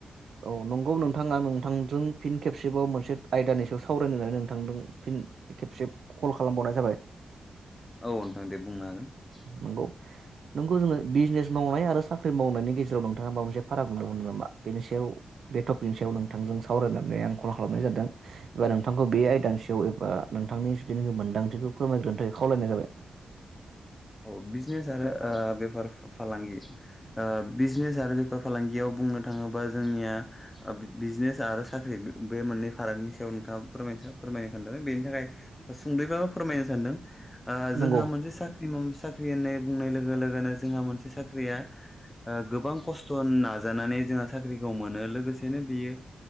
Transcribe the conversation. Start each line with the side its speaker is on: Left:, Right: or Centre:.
Right: औ नंगौ नोंथाङा नों थांदों फिन खेबसेबाव मोनसे आयदानि सायाव सावरायनोनानै नोंथांदों फिन खेबसे कल खालामबाव <unintelligible> जाबाय।
Left: औ नोंथां दे बुंनो हागोन ।
Right: नंगौ नोंगौ जोंङो बिजनेस मावनाय आरो साख्रि मावनायनि गेजेराव नोंथाङा माबा मोनसे फाराग नुनो मोन नामा बेनि सायाव बे टपिकनि सायाव नोंथांजों सावरायनानै आं कल खालामनाय जादों एबा नों आंखौ बे आयदानसेयाव एबा नोंथांनि जुदिनो मोन्दांथिखौ फोरमायग्रोनो थाखाय खावलायनाय जाबाय
Left: औ बिजनेस आरो ओ बेफार फालांगि बिजनेस आरो बेफार फालांगियाव बुंनो थांङोबा जोंनिया बिजनेस आरो साख्रि बे मोननै फारागनि सायाव नोंथाङा फोरमाय फोरमायनो खोनादों बेनि थाखाय सुंद्रैबाबो फोरमायनो सानदों ओ
Right: नंगौ
Left: जोंहा मोनसे सनायनाय लोगोनो जोंहा मोनसे स्रिया गोबां खस्थ' होनना नाजानानै जोंहा साख्रिखौ मोनो लोगोसेनो बेयो